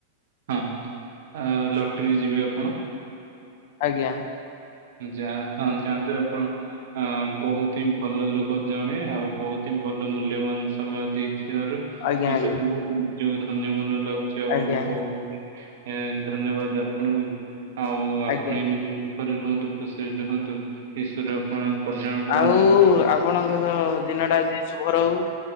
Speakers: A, on the right; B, on the left.
A: ହଁ ଅ ଲଟରି ଯିବେ ଆପଣ।
B: ଆଜ୍ଞା।
A: ଯା ହଁ ଯାଆନ୍ତୁ ଆପଣ। ଅ ବହୁତ ହିଁ ଭଲ ଲୋକ ଜଣେ ଆଉ ବହୁତ ହିଁ ଭଲ ମୂଲ୍ୟବାନ ସମୟ ଦେଇଥିବାରୁ
B: ଆଜ୍ଞା
A: ମତେ
B: ଆଜ୍ଞା।
A: ବହୁତ ଯୋଉ ଧନ୍ୟ ମନ ଲାଗୁଚି ଆଉ
B: ଆଜ୍ଞା
A: ବହୁ ଏ ଧନ୍ୟବାଦ ଆପଣଙ୍କୁ ଆଉ ଆପଣ
B: ଆଜ୍ଞା
A: ଏମିତି ସୁଖରେ ରୁହ ତୁ ଖୁସିରେ ରୁହନ୍ତୁ ଈଶ୍ୱର ଆପଣ କଲ୍ୟାଣ କରନ୍ତୁ
B: ଆଉ ଆପଣଙ୍କର ଦିନଟା ଆଜି ଶୁଭ ରହୁ।